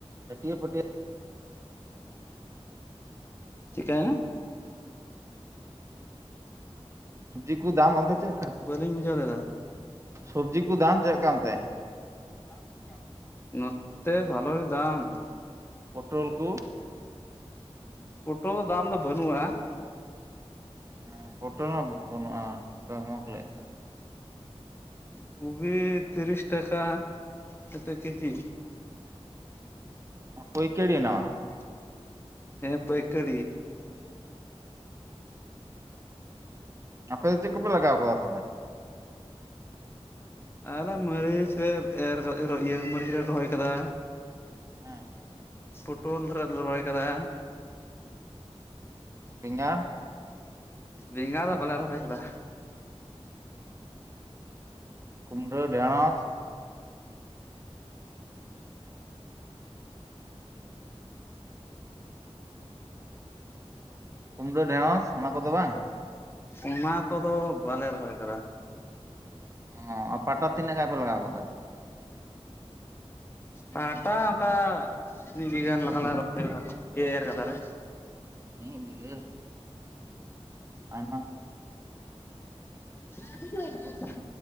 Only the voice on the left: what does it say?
ᱪᱤᱠᱟᱹᱭᱱᱟ?
ᱵᱟᱹᱞᱤᱧ ᱵᱩᱡᱷᱟᱹᱣ ᱞᱮᱫᱟ
ᱴᱟᱯ-ᱴᱟᱯ ᱱᱚᱛᱛᱮ ᱵᱷᱟᱞᱚ ᱜᱮ ᱫᱟᱢ
ᱯᱚᱴᱚᱞ ᱫᱟᱢ ᱫᱚ ᱵᱟᱹᱱᱩᱜᱼᱟ
ᱠᱩᱵᱤ ᱛᱤᱨᱤᱥ ᱴᱟᱠᱟ ᱠᱟᱛᱮᱫ ᱠᱮᱡᱤ
ᱪᱤᱱᱟᱜ ᱦᱮᱸ ᱯᱟᱹᱭᱠᱟᱹᱲᱤ
ᱟᱞᱮ ᱢᱟᱹᱨᱤᱪ ᱞᱮ ᱮᱨ ᱤᱭᱟᱹ ᱢᱟᱹᱨᱤᱪ ᱞᱮ ᱨᱚᱦᱚᱭ ᱠᱟᱫᱟ᱾
ᱯᱚᱴᱳᱞ ᱨᱮ ᱨᱚᱦᱚᱭ ᱠᱟᱫᱟ,
ᱵᱮᱸᱜᱟᱲ ᱫᱚ ᱵᱟᱞᱮ ᱨᱚᱦᱚᱭ ᱠᱟᱫᱟ᱾
ᱚᱱᱟ ᱠᱚᱫᱚ ᱵᱟᱞᱮ ᱨᱚᱦᱚᱭ ᱠᱟᱫᱟ ᱾
ᱯᱟᱴᱟ ᱚᱝᱠᱟ ᱢᱤᱫ ᱵᱤᱜᱷᱟ ᱜᱟᱱ ᱞᱮᱠᱟ ᱞᱟᱝ ᱨᱚᱦᱚᱭᱟ ᱮ ᱮᱨ ᱜᱟᱫᱟ ᱨᱮ
<unintelligible>